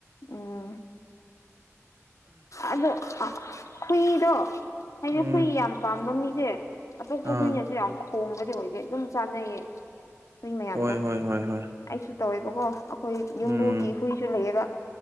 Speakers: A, on the left; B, on the right.
A: ꯎꯝ ꯑꯗꯣ ꯍꯨꯏꯗꯣ ꯍꯥꯏꯗꯤ
B: ꯎꯝ
A: ꯍꯨꯏ ꯌꯥꯝ ꯄꯥꯝꯕ ꯃꯤꯁꯦ ꯑꯇꯣꯞꯄ
B: ꯑꯥ
A: ꯍꯨꯏꯅꯁꯨ ꯌꯥꯝ ꯈꯣꯡꯕꯗꯤ ꯑꯣꯏꯗꯦ ꯑꯗꯨꯝ ꯆꯥꯅꯩꯌꯦ ꯍꯨꯏ ꯃꯌꯥꯝꯗꯣ
B: ꯍꯣꯏ ꯍꯣꯏ ꯍꯣꯏ ꯍꯣꯏ
A: ꯑꯩꯁꯨ ꯇꯧꯋꯦꯕꯀꯣ ꯑꯩꯈꯣꯏ ꯌꯨꯝꯕꯨꯒꯤ
B: ꯎꯝ
A: ꯍꯨꯏꯁꯨ ꯂꯩꯌꯦꯕ